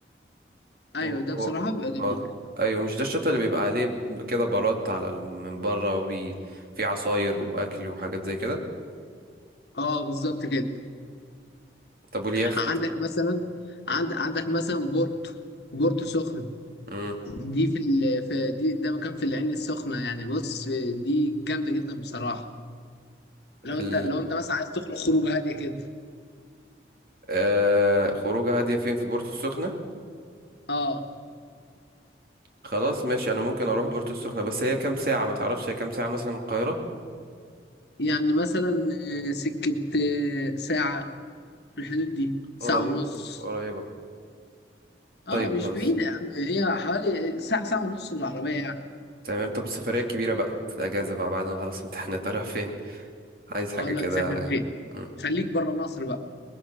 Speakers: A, on the left; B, on the right.
A: ايوه
B: هو
A: ده
B: هو
A: بصراحة بيبقى جميل
B: آه أيوة مش ده الشط اللي بيبقى عليه ب- كده بارات على ال- من بره وبي في عصاير وأكل وحاجات زي كده
A: اه بالظبط كده
B: طب واليخت
A: عندك مثلا عند... عندك مثلا بورتو بورتو سخنة
B: مم.
A: دي في, ال... في دي ده مكان في العين السخنة يعني بص آه، دي جامدة جدا بصراحة لو انت
B: ال...
A: لو انت مثلا عايز تخرج خروج هادية كده
B: آه... خروجة هادية فين في بورتو السخنة
A: اه
B: خلاص ماشي انا ممكن اروح بورتو السخنة بس هي كام ساعة ما تعرفش هي كام ساعة مثلا من القاهرة
A: يعني مثلا آه، سكة آه، ساعة في الحدود دي ساعة
B: قريبة
A: ونص
B: قريبة
A: اه
B: طيب
A: مش
B: خلاص
A: بعيدة يا عم هي حوالي ساعة ساعة ونص بالعربية يعني
B: تمام طب السفرية الكبيرة بقى في الأجازة بقى بعد ما خلص امتحانات أروح فين عايز حاجة
A: اقول
B: كده
A: لك سافر فين
B: مم.
A: خليك بره مصر بقى